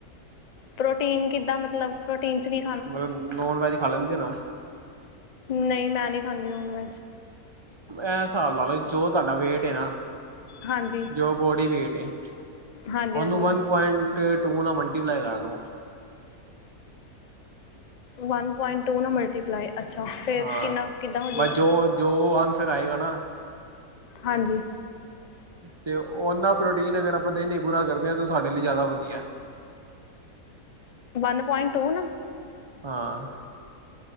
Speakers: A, on the left (about 55°); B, on the right (about 30°).
A: ਪ੍ਰੋਟੀਨ ਕਿੱਦਾਂ ਮਤਲਬ ਪ੍ਰੋਟੀਨ 'ਚ ਕੀ
B: ਮਲਬ ਨੋਨ ਵੈਜ ਖਾਂ ਲੈਂਦੇ ਓ ਨਾਂ
A: ਨਈ ਮੈਂ ਨੀ ਖਾਂਦੀ ਨੋਨ ਵੈਜ
B: ਐ ਸਾਬ ਲਾਲੋ ਜੋ ਤੋਡਾ ਵੇਟ ਨਾ,
A: ਹਾਂਜੀ
B: ਜੋ ਬੋਡੀ ਵੇਟ ਏ।
A: ਹਾਂਜੀ
B: ਓਨੂੰ
A: ਹਾਂਜੀ
B: ਵਨ ਪੋਇੰਟ ਟੂ ਨਾਲ ਮਲਟੀਪਲਾਏ ਕਾਰਲੋ
A: ਵਨ ਪੁਆਇੰਟ ਟੂ ਨਾਲ ਮਲਟੀਪਲਾਏ ਅੱਛਾ, ਫਿਰ
B: ਹਾਂ
A: ਕਿੰਨਾ ਕਿਦਾ ਹੋ ਜਾਉਗਾ?
B: ਬਸ ਜੋ ਜੋ ਅੰਸਵਰ ਆਇਗਾ ਨਾ।
A: ਹਾਂਜੀ।
B: ਤੇ ਉਹਨਾਂ ਪ੍ਰੋਟੀਨ ਅਗਰ ਆਪਾਂ ਦਿਨ ਵਿਚ ਪੂਰਾ ਕਰਦੇ ਹਾਂ ਤਾਂ ਉਹ ਸਾਡੇ ਲਈ ਜਿਆਦਾ ਵਧੀਆ।
A: ਵਨ ਪੁਆਇੰਟ ਟੂ ਨਾ।
B: ਹਾਂ।